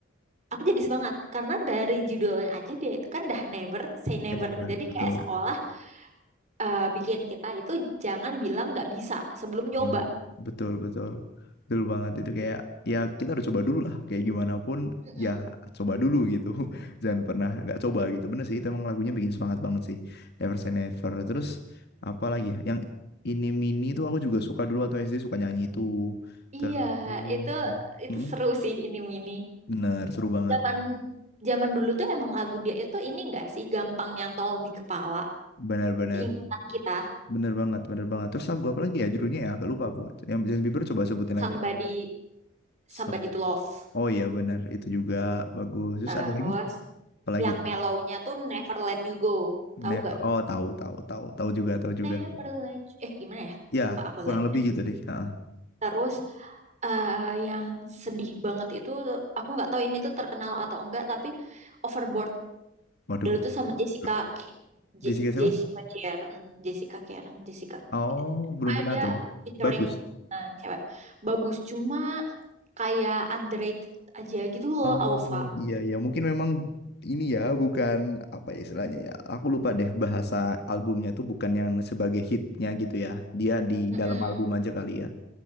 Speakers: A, on the right; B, on the left.
A: aku jadi semangat karena dari judulnya aja dia itu kan dah Never Say Never.
B: Bener, bener.
A: Jadi
B: betul
A: kayak seolah eh, bikin kita itu jangan bilang nggak bisa sebelum nyoba.
B: Wah, Betul, betul. Betul banget itu kayak ya kita harus coba dulu lah kayak gimana pun
A: Mm-mm.
B: ya coba dulu gitu. <laughs> Jangan pernah nggak coba gitu. Bener sih itu emang lagunya bikin semangat banget sih. Never Say Never. Terus apa lagi ya? Yang ini mini itu aku juga suka dulu atau SD suka nyanyi itu.
A: Iya,
B: Terus
A: itu itu
B: Mm,
A: seru sih ini mini.
B: bener seru banget.
A: Zaman zaman dulu tuh emang lagu dia itu ini enggak sih gampang nyantol di kepala,
B: Benar-benar.
A: di ingatan kita.
B: Bener banget, bener banget. Terus lagu apa lagi ya judulnya ya? Agak lupa aku. Yang Justin Bieber coba sebutin
A: Somebody
B: lagi.
A: Somebody
B: Some-
A: to Love.
B: Oh iya bener, itu juga bagus. Terus
A: Terus
B: ada lagi? Apa lagi?
A: yang mellownya tuh Never Let You Go.
B: Never.
A: Tahu gak?
B: oh tahu tahu tahu tahu juga tahu juga.
A: Never Let You... Eh gimana ya?
B: Ya
A: Lupa aku
B: kurang
A: liriknya.
B: lebih gitu deh. Ha,
A: Terus eh, yang sedih banget itu aku nggak tahu ini tuh terkenal atau enggak tapi Overboard
B: Waduh,
A: Dulu tuh sama Jessica
B: bel-
A: K- Je-
B: Jessica siapa?
A: Jessica Karen, Jessica Karen, Jessica
B: Oh belum
A: ada
B: pernah tuh.
A: featuring
B: Bagus.
A: eh, cewek. Bagus cuma kayak underrated aja gitu loh
B: Oh
A: Alfa.
B: iya iya mungkin memang ini ya bukan apa ya istilahnya ya. Aku lupa deh bahasa albumnya tuh bukan yang sebagai hitnya gitu ya. Dia di
A: Mm-mm,
B: dalam album aja kali ya.